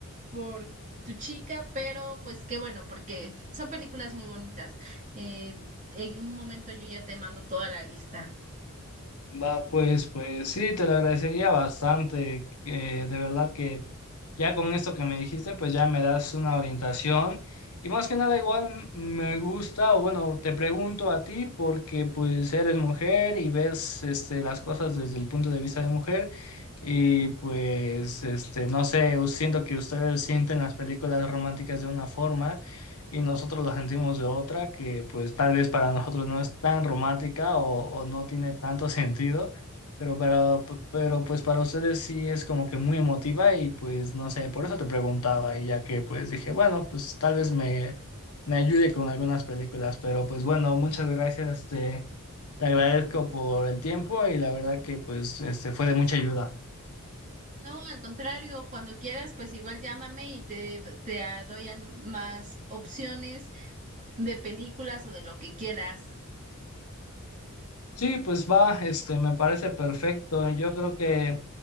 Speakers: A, on the right; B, on the left.
A: por tu chica, pero pues qué bueno, porque son películas muy bonitas. Eh, en un momento yo ya te mando toda la lista.
B: Va, pues, pues sí, te lo agradecería bastante. eh, de verdad que ya con esto que me dijiste, pues ya me das una orientación. Y más que nada, igual m- me gusta, o bueno, te pregunto a ti porque pues eres mujer y ves este, las cosas desde el punto de vista de mujer. Y pues, este, no sé, siento que ustedes sienten las películas románticas de una forma y nosotros la sentimos de otra que pues tal vez para nosotros no es tan romántica o, o no tiene tanto <laughs> sentido, pero, para, pero pues para ustedes sí es como que muy emotiva y pues no sé, por eso te preguntaba y ya que pues dije, bueno, pues tal vez me, me ayude con algunas películas, pero pues bueno, muchas gracias, te, te agradezco por el tiempo y la verdad que pues este fue de mucha ayuda.
A: No, al contrario, cuando quieras, pues igual llámame y te, te doy a- más opciones de películas o de lo que quieras.
B: Sí, pues va, este, me parece perfecto. Yo creo que